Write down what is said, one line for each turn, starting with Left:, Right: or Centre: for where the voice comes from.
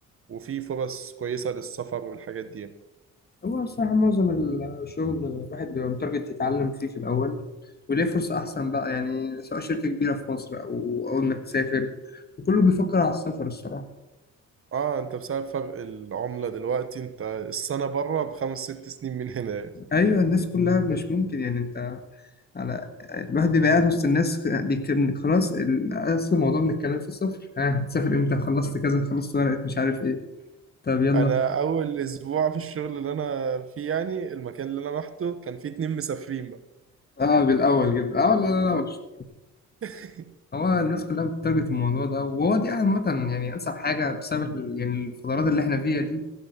Right: وفي فرص كويسة للسفر والحاجات دي يعني.
Left: هو الصراحة معظم الشغل الواحد بيبقى متارجت يتعلم فيه في الأول وليه فرصة أحسن بقى يعني سواء شركة كبيرة في مصر أو أول ما تسافر وكله بيفكر على السفر الصراحة
Right: اه انت بسبب فرق العملة دلوقتي انت السنة بره بخمس ست سنين من هنا يعني.
Left: أيوة الناس كلها مش ممكن يعني أنت على الواحد بيبقى قاعد وسط الناس بيكلم خلاص ال- اصل الموضوع من الكلام في السفر ها تسافر امتى خلصت كذا خلصت ورقة مش عارف ايه طب يلا
Right: انا اول اسبوع في الشغل اللي انا فيه يعني المكان اللي انا رحته كان فيه اتنين مسافرين بقى
Left: اه بالاول كده اه لا لا لا مش
Right: <laughs>
Left: هو الناس كلها بتتارجت الموضوع ده وهو دي عامة يعني انسب حاجة بسبب ال- يعني الفترات اللي احنا فيها دي